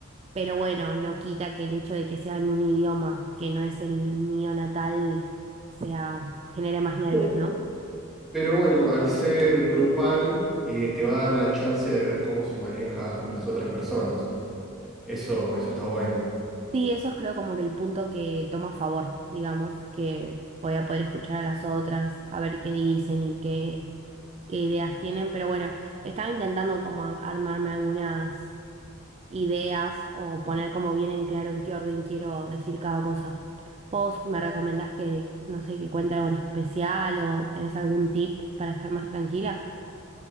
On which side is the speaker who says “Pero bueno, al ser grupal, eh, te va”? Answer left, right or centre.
Centre